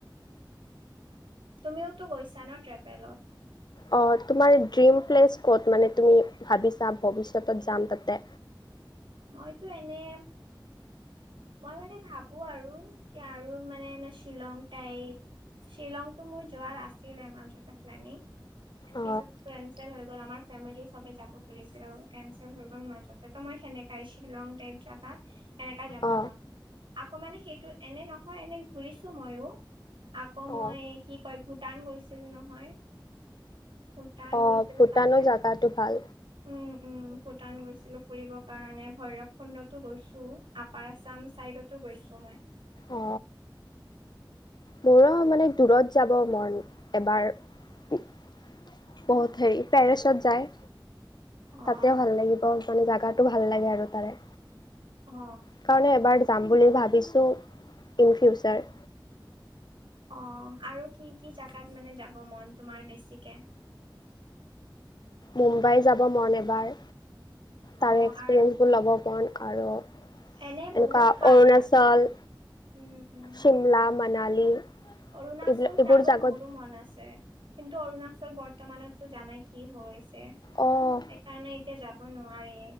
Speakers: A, on the right (about 80°); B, on the left (about 55°).
A: তুমিওতো গৈছা ন ট্ৰেভেলত।
B: অ তোমাৰ ড্ৰিম প্লেচ ক'ত মানে তুমি ভাবিছা ভৱিষ্যতত যাম তাতে।
A: মইতো এনে, মই মানে ভাবো আৰু কি আৰু মানে এ শ্বিলং টাইপ। শ্বিলংটো মোৰ যোৱাৰ আছিল মাজতে প্লেনিং।
B: অ
A: পিছত কেনচেল হৈ গল আমাৰ ফেমিলি চবে যাব খুজিছিল আৰু কেনচেল হৈ গ'ল। মাজতে ত মই সেনেকাই শ্বিলংটাইপ জাগাত সেনেকা যাব
B: অ
A: মন। আকৌ মানে সেইটো এনে নহয় এনে ঘূৰিছো মইয়ো। আকৌ মই
B: অ
A: কি কয় ভূটান গৈছিলো নহয়। ভূটান
B: অ
A: গৈছিলো
B: ভূটানৰ
A: তাতে
B: জেগাটো ভাল
A: উম উম। ভূটান গৈছিলো ফুৰিব কাৰণে ভৈৰৱ খুণ্ডতো গৈছো আপাৰ আছাম চাইদতো গৈছো মই।
B: অ মোৰো মানে দূৰত যাব মন এবাৰ। বহুত হেৰি পেৰিছত যায়
A: অ
B: তাতেও ভাল লাগিব। মানে জেগাটো ভাল লাগে আৰু তাৰে।
A: অ
B: সেইকাৰণে এবাৰ যাম বুলি ভাবিছোঁ ইন ফিউচাৰ।
A: অ আৰু কি কি জেগাত মানে যাব মন তোমাৰ বেছিকে।
B: মুম্বাই যাব মন এবাৰ তাৰে
A: অ
B: এক্সপিৰিয়েঞ্চবোৰ
A: আৰু
B: ল'ব মন আৰু এনেকুৱা
A: এনে বহুত ভাল
B: অৰুণাচল
A: তাত উম উম
B: চিমলা মানালী।
A: অৰুণাচল
B: এইবিলাক এইবোৰ
A: যাব
B: জাগত
A: মোৰো মন আছে। কিন্তু অৰুণাচল বৰ্তমানতো জানাই কি হৈছে
B: অ'
A: সেইকাৰণে এতিয়া যাব, নোৱাৰি